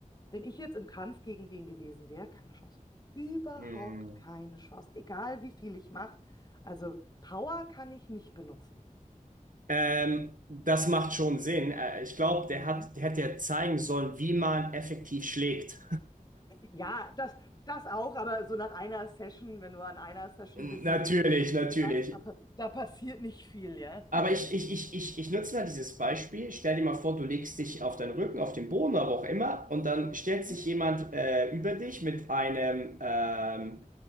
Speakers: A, on the left; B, on the right.
A: wenn ich jetzt im Kampf gegen den gewesen wäre, keine Chance. Überhaupt
B: Mm.
A: keine Chance. Egal wie viel ich mache. Also Power kann ich nicht benutzen.
B: Ähm, das macht schon Sinn. Äh, ich glaube, der
A: Hm.
B: hat, der hätte ja zeigen sollen, wie man effektiv schlägt.
A: Ja, das, das auch, aber so nach einer Session, wenn du an einer Session
B: <laughs>
A: busy,
B: Natürlich,
A: busy
B: natürlich.
A: warst, da, pa- da passiert nicht viel, ja.
B: Aber ich, ich, ich, ich, ich nutze mal dieses Beispiel. Stell dir mal vor, du legst dich auf deinen Rücken, auf den Boden, aber auch immer, und dann stellt
A: Mhm,
B: sich jemand äh, über dich mit einem, ähm,